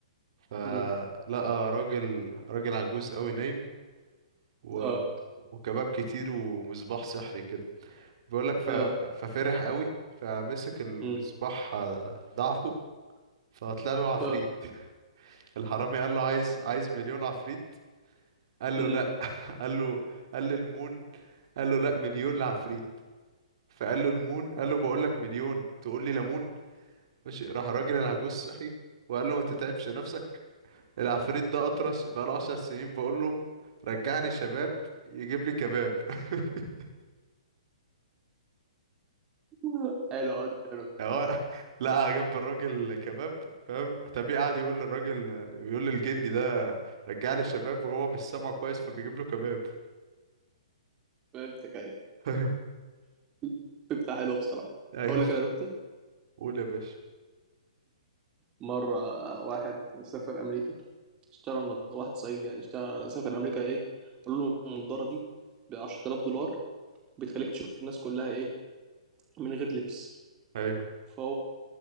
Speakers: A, on the right; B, on the right.
A: فلقى
B: أمم.
A: راجل راجل عجوز قوي نايم و...
B: اه
A: وكباب كتير ومصباح سحري كده بيقول لك ف...
B: اه
A: ففرح قوي فمسك المصباح
B: أمم.
A: آه، ضعفه فطلع له عفريت
B: اه
A: الحرامي قال له عايز عايز مليون عفريت قال له
B: أمم.
A: لا قال له قال له المون قال له لا مليون لعفريت فقال له المون قال له بقول لك مليون تقول لي ليمون ماشي راح الراجل العجوز صحي وقال له ما تتعبش نفسك العفريت ده اطرش بقاله عشر سنين بقول له رجعني شباب يجيب لي كباب <laughs>
B: <laughs> حلو اقول لك انا نكتة
A: هو لقى جنب الراجل كباب فاهم طبيعي قعد يقول للراجل يقول للجني ده رجع لي شباب وهو مش سامعه كويس فبيجيب له كباب
B: فهمتك ايوه
A: <laughs> ايوه
B: <laughs> نكتة حلوة بصراحة
A: ايوه
B: اقول لك انا نكتة
A: قول يا باشا
B: مرة واحد سافر امريكا اشترى نض... واحد صعيدي يعني اشترى سافر امريكا ايه قالوا له النضاره دي ب 10000 دولار بتخليك تشوف الناس كلها ايه من غير لبس
A: ايوه
B: فهو